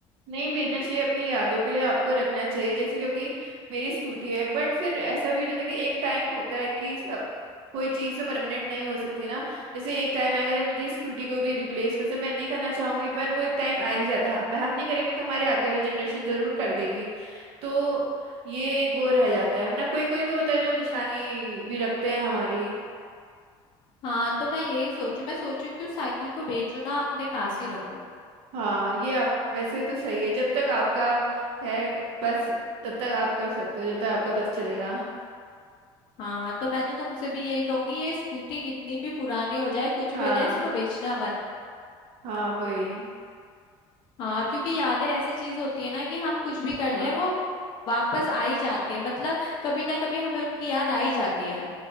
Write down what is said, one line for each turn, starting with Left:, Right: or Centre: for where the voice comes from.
Right: नहीं भेजना चाहिए अपनी यादों के लिए आपको रखना चाहिए जैसे क्योंकि मेरी स्कूटी है बट फिर ऐसा भी हो जाता है कि एक टाइम होता है कि सब कोई चीज़ तो परमानेंट नहीं हो सकती ना जैसे एक टाइम आएगा जब मुझे स्कूटी को भी रिप्लेस वैसे मैं नहीं करना चाहूंगी पर वो एक टाइम आ ही जाता है मैं हम नहीं करेंगे तो हमारे आगे वाली जनरेशन जरूर कर देगी तो ये एक वो रह जाता है वरना कोई कोई तो होता है जो निशानी भी रखते हैं हमारी
Left: हाँ तो मैं यही सोचू मैं सोचू कि उस साइकिल को बेचू ना अपने पास ही रखूं
Right: हाँ ये आप वैसे तो सही है जब तक आपका है बस तब तक आप कर सकते हो जब तक आपका बस चलेगा
Left: हाँ तो मैं तो तुमसे भी यही कहूंगी ये स्कूटी कितनी भी पुरानी हो जाए कुछ
Right: हाँ
Left: भी हो जाए इसको बेचना मत
Right: हाँ वही
Left: हाँ क्योंकि यादें ऐसी चीज होती है ना कि हम कुछ भी कर
Right: हाँ
Left: लें वो वापस आ ही जाती है मतलब कभी ना कभी हमें उनकी याद आ ही जाती है